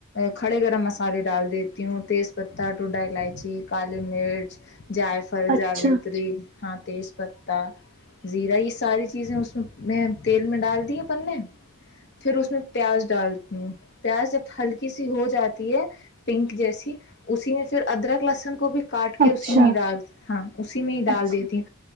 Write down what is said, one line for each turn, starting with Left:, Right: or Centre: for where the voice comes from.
Left: کھڑے گرم مسالے ڈال دیتی ہوں تیز پتتا ٹو ڈال الائچی کاال مرچ جائ فل
Right: اچھا
Left: جاوتری ہاں تیز پتہ زیرہ یہ ساری چیزیں اس میں میں تیل ڈال دی پنے پھر اس میں پیاز ڈالتی ہوں پیاز جب ہلکی سی ہو جاتی ہے پنک جیسی اسی میں پھر ادرک لسن کو بھی کاٹ کے
Right: اچھا
Left: اسی میں ہی ڈال ہاں اسی میں ہی ڈال
Right: اچھا
Left: دیتی ہ